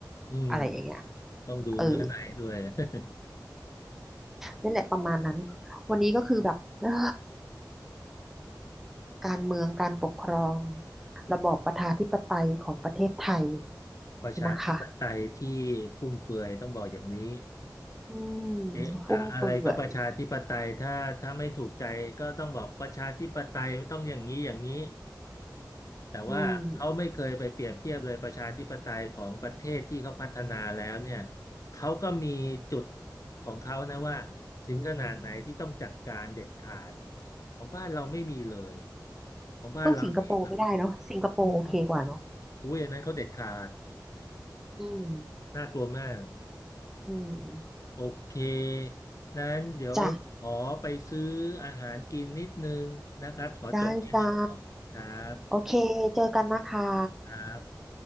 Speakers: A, on the left; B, in the centre.
A: อืม
B: อะไรอย่างเงี้ย
A: ต้องดูเนื้อในด้วย
B: เออ
A: <laughs>
B: นั่นแหละประมาณนั้นวันนี้ก็คือแบบเอ้อ การเมืองการปกครองระบอบประชาธิปไตยของประเทศไทย
A: ประชาธิปไตยที่
B: นะคะ
A: ฟุ่มเฟือยต้องบอกอย่างนี้
B: อืม
A: เอ๊ะอะอะไรก็ประชาธิปไตยถ้าถ้าไม่ถูกใจก็ต้องบอกประชาธิปไตยต้องอย่างนี้อย่างนี้
B: ฟุ่มเฟือย
A: แต่ว่าเขาไม่เคยไปเปรียบเทียบเลยประชาธิปไตยของประเทศที่เขาพัฒนาแล้วเนี่ย
B: อืม
A: เขาก็มีจุดของเขานะว่าถึงขนาดไหนที่ต้องจัดการเด็ดขาดของบ้านเราไม่มีเลย ของบ้านเรานี่แบบ
B: สู้สิงคโปร์ไม่ได้เนาะสิงคโปร์โอเคกว่าเนาะ
A: อืมอุ้ยอันนั้นเขาเด็ดขาด
B: อืม
A: น่ากลัวมาก
B: อืม
A: โอเค นั้นเดี๋ยวขอไปซื้ออาหารกินนิดนึงนะครับ
B: จ้ะ
A: ขอจบแค่นี้ก่อนครับ
B: ได้จ้าโอเคเจอกันนะคะ
A: ครับ